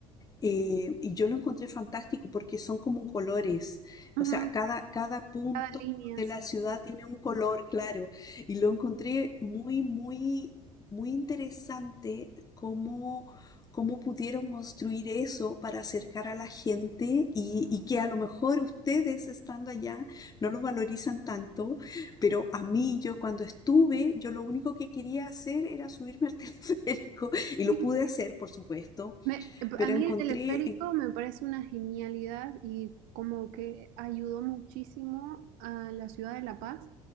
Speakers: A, on the left; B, on the right.
A: eh, y yo lo encontré fantástico porque son como colores.
B: Ujú,
A: O sea, cada, cada punto
B: Cada línea,
A: de
B: sí.
A: la ciudad tiene un color claro. Y lo encontré muy, muy, muy interesante cómo, cómo pudieron construir eso para acercar a la gente y, y que a lo mejor ustedes estando allá no lo valorizan tanto, pero a mí yo cuando estuve, yo lo único que quería hacer era subirme al <laughs> teleférico y
B: Sí,
A: lo pude
B: sí.
A: hacer, por supuesto,
B: Me-
A: pero
B: a mí
A: encontré,
B: el teleférico
A: en-
B: me parece una genialidad y como que ayudó muchísimo a la ciudad de La Paz